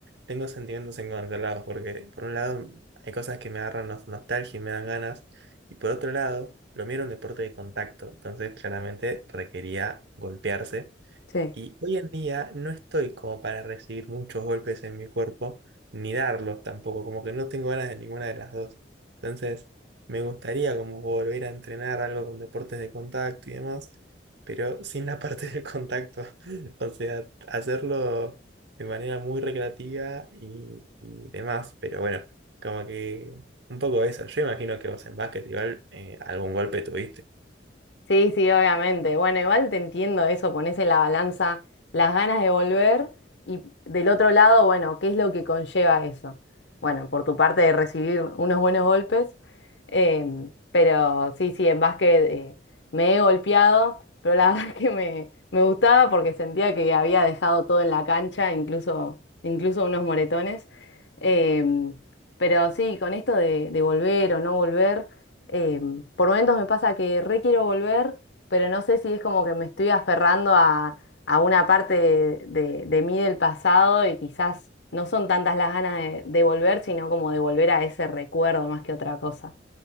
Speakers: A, on the right; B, on the left.
A: tengo sentimientos encontrados, porque por un lado hay cosas que me agarran nos- nostalgia y me dan ganas, y por otro lado, lo mío era un deporte de contacto, entonces claramente requería golpearse,
B: sí.
A: y hoy en día no estoy como para recibir muchos golpes en mi cuerpo, ni darlos tampoco, como que no tengo ganas de ninguna de las dos. Entonces, me gustaría como volver a entrenar algo con deportes de contacto y demás, pero sin la parte <laughs> del contacto. O sea, hacerlo de manera muy recreativa y, y demás, pero bueno, como que un poco eso. Yo imagino que vos en básquet igual eh, algún golpe tuviste.
B: Sí, sí, obviamente. Bueno, igual te entiendo eso, pones en la balanza las ganas de volver y del otro lado, bueno, ¿qué es lo que conlleva eso? Bueno, por tu parte de recibir unos buenos golpes, em, pero sí, sí, en básquet eh, me he golpeado, pero la <laughs> verdad es que me, me gustaba porque sentía que había dejado todo en la cancha, incluso, incluso unos moretones. Em, pero sí, con esto de, de volver o no volver. Eh, por momentos me pasa que re quiero volver, pero no sé si es como que me estoy aferrando a, a una parte de, de- de mí del pasado y quizás no son tantas las ganas de, de volver, sino como de volver a ese recuerdo más que otra cosa.